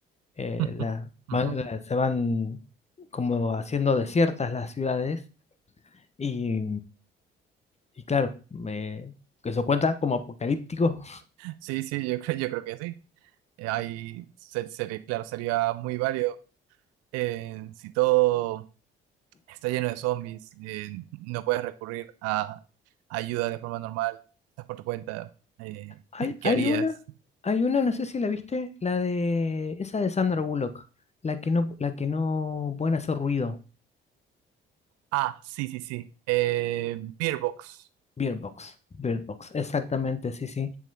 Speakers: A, on the left; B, on the right.
A: eh,
B: <laughs>
A: la- van-
B: Ujú.
A: la- se van como haciendo desiertas las ciudades y, y claro, me, que eso cuenta como apocalíptico.
B: Sí, sí, yo creo, yo creo que sí. Eh, Ahí, se- se- claro, sería muy válido eh, si todo. está lleno de zombies, eh, no puedes recurrir a ayuda de forma normal, estás por tu cuenta. eh,
A: Hay,
B: <laughs> ¿qué
A: hay
B: harías?
A: una, hay una, no sé si la viste, la de esa de Sandra Bullock, la que no, la que no pueden hacer ruido,
B: Ah, sí, sí, sí. Eh, Beerbox.
A: Bird Box, Bird Box, exactamente, sí, sí,